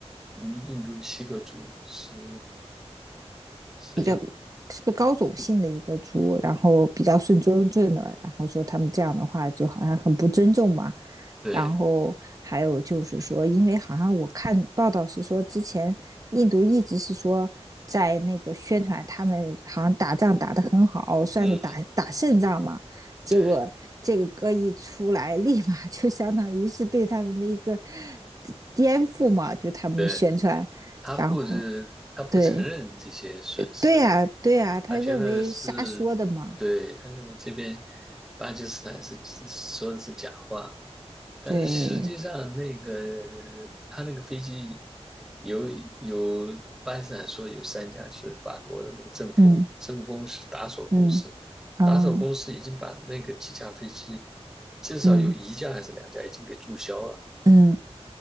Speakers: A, in the centre; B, on the right (about 30°).
A: 嗯印度的锡克族是，所以
B: 比较是不是高种姓的一个族，然后比较顺尊正的，然后说他们这样的话就好像很不尊重嘛。
A: 对，
B: 然后还有就是说，因为好像我看报道是说，之前印度一直是说在那个宣传他们好像打仗打得很好，算是打打胜仗嘛。
A: 嗯，
B: 结果这个歌一出来，
A: 对
B: <laughs> 立马就相当于是对他们的一个 <laughs> 颠覆嘛，就他们的宣传。
A: 对，他不是他不承认这些损失。
B: 然后对，对呀，对呀，他认为瞎说的嘛。
A: 他觉得是对，他认为这边巴基斯坦是说的是假话，但是实际上那个
B: 对，
A: 他那个飞机有有巴基斯坦说有三架是法国的那个阵风，
B: 嗯
A: 阵风是达索公司，
B: 嗯哦，
A: 达索公司已经把那个几架飞机至少有一架还是两架已经给注销了。
B: 嗯嗯，